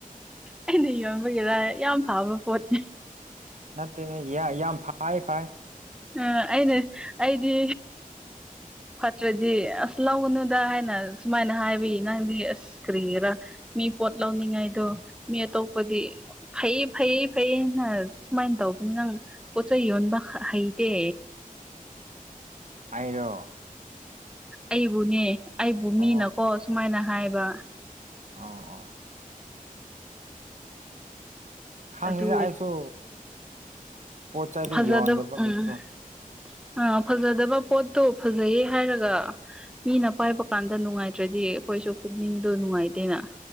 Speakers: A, in the centre; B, on the right.
A: ꯑꯩꯅ ꯌꯣꯟꯕꯒꯤꯔ ꯌꯥꯝ ꯐꯕ ꯄꯣꯠꯅꯤ
B: ꯅꯠꯇꯦꯅꯦ ꯌꯥꯝ ꯌꯥꯝ ꯐꯥꯏ ꯐꯥꯏ
A: ꯎꯝ ꯑꯩꯅ ꯑꯩꯗꯤ ꯐꯠꯇ꯭ꯔꯗꯤ ꯑꯁ ꯂꯧꯒꯅꯨꯗ ꯍꯥꯏꯅ ꯁꯨꯃꯥꯏꯅ ꯍꯥꯏꯕꯒꯤ ꯅꯪꯗꯤ ꯑꯁ ꯀꯔꯤꯒꯤꯔꯥ ꯃꯤ ꯄꯣꯠ ꯂꯧꯅꯤꯡꯉꯥꯏꯗꯣ ꯃꯤ ꯑꯇꯣꯞꯄꯗꯤ ꯐꯩꯌꯦ ꯐꯩꯌꯦ ꯐꯩꯌꯦꯅ ꯁꯨꯃꯥꯏꯅ ꯇꯧꯕꯅꯤ ꯅꯪ ꯄꯣꯠ ꯆꯩ ꯌꯣꯟꯕ ꯍꯩꯇꯦ
B: ꯑꯩꯔꯣ
A: ꯑꯩꯕꯨꯅꯦ ꯑꯩꯕꯨ
B: ꯑꯣ
A: ꯃꯤꯅꯀꯣ
B: ꯑꯣ
A: ꯁꯨꯃꯥꯏꯅ ꯍꯥꯏꯕ
B: ꯑꯣ ꯑꯣ ꯈꯪꯗꯦꯗ
A: ꯑꯗꯨ
B: ꯑꯩꯁꯨ ꯄꯣꯠ ꯆꯩꯗꯤ
A: ꯐꯖꯗ
B: ꯌꯣꯟꯗꯕꯒꯤꯁꯨ
A: ꯎꯝ ꯑꯥ ꯐꯖꯗꯕ ꯄꯣꯠꯇꯣ ꯐꯖꯩꯌꯦ ꯍꯥꯏꯔꯒ ꯃꯤꯅ ꯄꯥꯏꯕ ꯀꯥꯟꯗ ꯅꯨꯡꯉꯥꯏꯇ꯭ꯔꯗꯤ ꯑꯩꯈꯣꯏꯁꯨ ꯄꯨꯛꯅꯤꯡꯗꯣ ꯅꯨꯡꯉꯥꯏꯇꯦꯅ